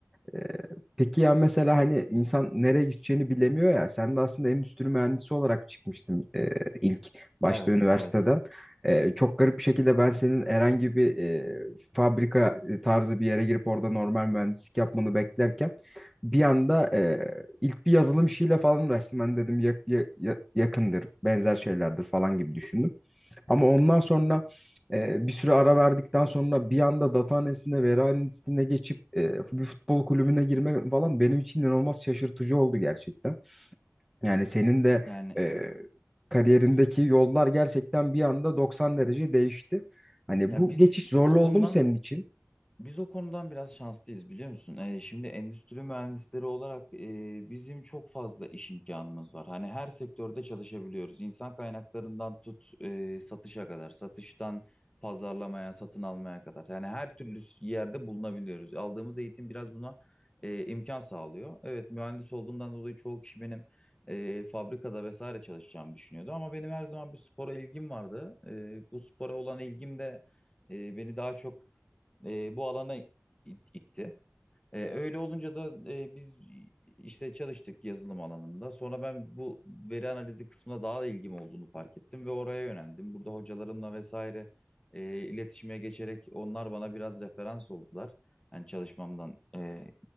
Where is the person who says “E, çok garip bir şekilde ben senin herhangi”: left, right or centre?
Centre